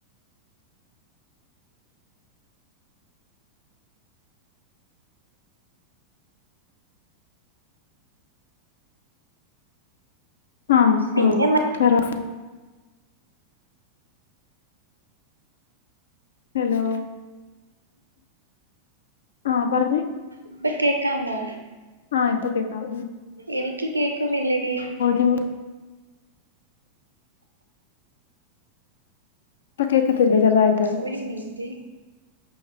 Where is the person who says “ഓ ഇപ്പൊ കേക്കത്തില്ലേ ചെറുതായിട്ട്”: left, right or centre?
Left